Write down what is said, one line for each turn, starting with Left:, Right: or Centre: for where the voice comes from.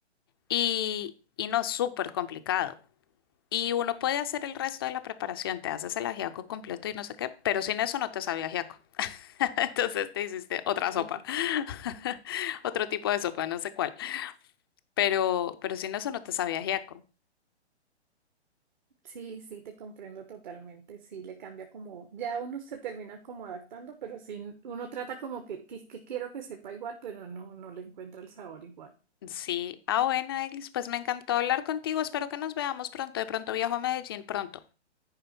Left: Y, y no, súper complicado. Y uno puede hacer el resto de la preparación, te haces el ajiaco completo y no sé qué, pero sin eso no te sabe ajiaco. <laughs> Entonces te hiciste otra
Right: Sí,
Left: sopa,
Right: sí,
Left: <laughs> otro tipo de sopa, no sé cuál. Pero, pero sin eso no te sabía ajiaco.
Right: sí, sí, te comprendo totalmente, sí, le cambia como, ya uno se termina como adaptando, pero sí, uno trata como que, que, que quiero que sepa igual, pero no, no le encuentra el sabor igual.
Left: Sí, ah, bueno, Eglis, pues me encantó hablar contigo. Espero que nos veamos pronto. De pronto viajo a Medellín pronto.